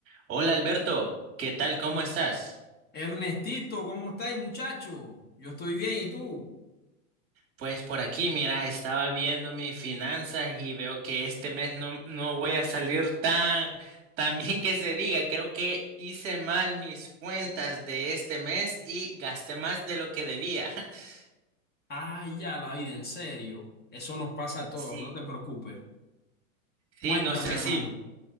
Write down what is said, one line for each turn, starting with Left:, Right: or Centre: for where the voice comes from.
Right: Hola Alberto, ¿qué tal? ¿Cómo estás?
Left: Ernestito, ¿cómo estáis, muchacho? Yo estoy bien, ¿y tú?
Right: Pues por aquí, mira, estaba viendo mis finanzas y veo que este mes no, no voy a salir tan, tan bien que se diga. Creo que hice mal mis cuentas de este mes y gasté más de lo que debía. <laughs>
Left: Ay, ya la vida, en serio. Eso nos pasa a todos,
Right: Sí,
Left: no te preocupes.
Right: sí,
Left: Cuéntame,
Right: no sé
Left: hermano.
Right: si,